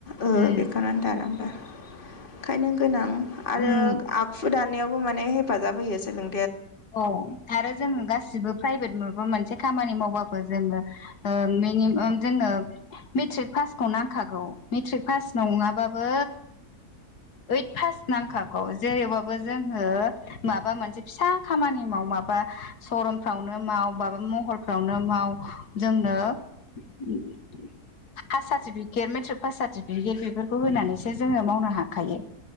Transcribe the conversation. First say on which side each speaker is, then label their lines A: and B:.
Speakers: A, on the left (about 35°); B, on the left (about 80°).
A: ओ
B: उम
A: बेखौनो दालांबाय खायनो गोनां आरो
B: उम
A: आखु दानायावबो माने हेफाजाब होयो सोलों
B: अ आरो जोङो गासिबो प्राइभेट माबा मोनसे खामानि मावबाबो जोङो ओ मिनिमाम जोङो मेट्रिक पासखौन नांखागौ मेट्रिक फास नंआबाबो ओइथ पास नांखागौ जेरैबाबो जोङो माबा मोनसे फिसा खामानि माव माबा सरनफ्रावनो माव माबा महरफ्रावनो माव जोंनो उम बिदिनो। हा सार्टिफिकेट मेट्रिक सार्टिफिकेट बेफोरखौ होनानैसो जोङो मावनो हाखायो।